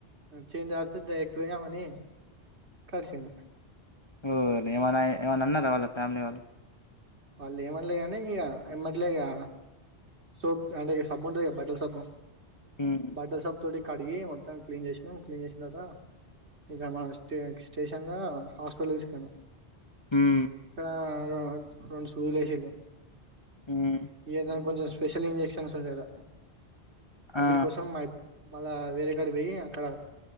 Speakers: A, on the right; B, on the left.
A: ఉమ్ చేంజ్ డైరక్ట్ పోదామని కడసింది
B: ఓ ఏమనా ఏమైనా అన్నారా వాళ్ళ ఫ్యామిలీ వాళ్ళు
A: వాళ్ళు ఏమన్లే గనీ ఇగ వెళ్ళట్లే గా సోప్ అంటే ఇక సబ్బు ఉంటది బట్టల సబ్బు
B: ఉమ్
A: బట్టల సబ్ తోటి కడిగి మొత్తం క్లీన్ చేసినాం క్లీన్ చేసిన తర్వాత ఇంకడ మన స్టే స్టేషన్ల హాస్పిటల్ తీసుకెల్నా
B: ఉమ్
A: కా <unintelligible> రొండు సూదులు ఎషిళ్లు
B: ఉమ్
A: ఏద కొంచెం స్పెషల్ ఇంజెక్షన్స్ ఉండల అవిటి
B: ఆ
A: కోసం మై మళ్ళా వేరే కాడ పోయి అక్కడ